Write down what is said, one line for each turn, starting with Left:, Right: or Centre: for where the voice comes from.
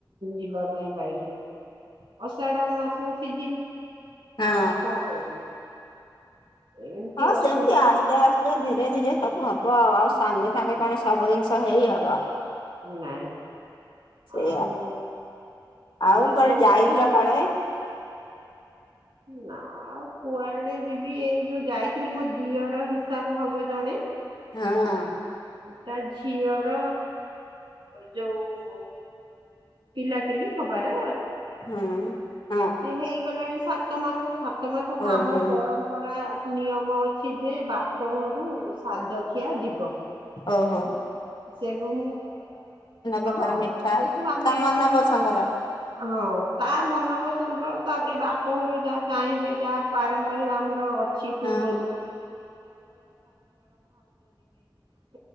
Right: ଯିବା ପାଇଁ ପାଇଖାନା ଅଷାଢ଼ ମାସ ସିଜିନ୍
Left: ହଁ
Right: ଆଉ କଣ କରିବି ଏମିତି
Left: ହଁ
Right: ଅସୁବିଧାରେ
Left: ସେମିତି ଆସ୍ତେ ଆସ୍ତେ ଧୀରେ ଧୀରେ ସବୁ ହବ ଆଉ ଆଉ ସାଙ୍ଗେଙ୍ଗେ ସାଙ୍ଗେ କଣ ସବୁ ଜିନିଷ ହେଇ ହବ
Right: ନାଇଁ
Left: ସେଇଆ
Right: ଆଉ
Left: ଆଉ
Right: ଯେତେବେଳେ
Left: କୁଆଡେ ଯାଇଥିଲ କାଳେ
Right: ନା ଆଉ କୁଆଡେ ଯିବି ଏଇ ଯୋଉ ଯାଇଥିଲି ମୋ ଦିଅର ହିସାବ ହବ ଜଣେ
Left: ହଁ
Right: ତା ଝିଅର ଯୋଉ ପିଲାପିଲି ହବାର
Left: ହଁ ହଁ
Right: ହେଇଗଲେ ସାତ ମାସ ସାତ ମା ସତ
Left: ଓହୋ
Right: ଆମର ପରମ୍ପରା ନିୟମ ଅଛି ଯେ ବାପ ଘରୁ ସାଦ କିଆ ଯିବ
Left: ଓ ହୋ
Right: ସେଠୁ ମୁଁ
Left: ପ୍ରକାର
Right: ହଁ
Left: ମିଠା
Right: ଯେଠୁ ଆମେ
Left: ତା ମନ ପସନ୍ଦର
Right: ହଁ ତା ମନପସନ୍ଦ ତାପରେ ବାପଘର ଯାହା ଚାହିଁବେ ଯାହା ପାରମ୍ପାରିକ ଆମର ଅ ଛି ପୂର୍ବରୁ
Left: ହଁ
Right: <unintelligible>